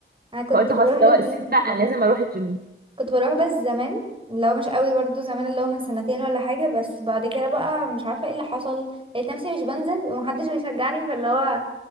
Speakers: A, on the right; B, on the right.
A: انا كنت
B: فقلت
A: بروح
B: خلاص اللي
A: الجيم
B: هو الصيف ده انا
A: برضه
B: لازم اروح الجيم
A: كنت بروح بس زمان لو مش قوي برضو زمان اللي هو من سنتين ولا حاجه بس بعد كده بقى مش عارفه ايه اللي حصل لقيت نفسي مش بنزل ومحدش بيشجعني فاللي هو